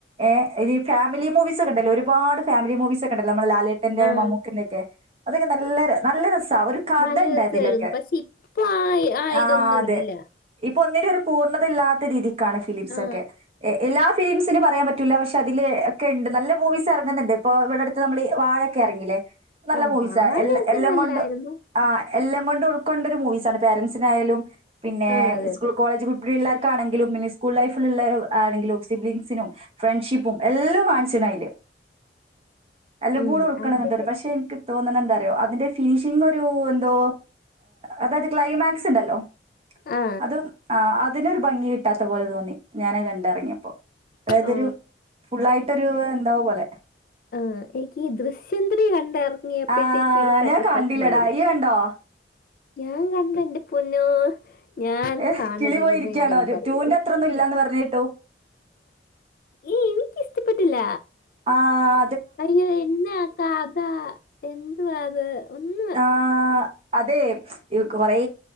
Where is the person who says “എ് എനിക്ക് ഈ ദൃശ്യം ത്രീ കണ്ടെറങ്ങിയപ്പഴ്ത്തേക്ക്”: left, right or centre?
Left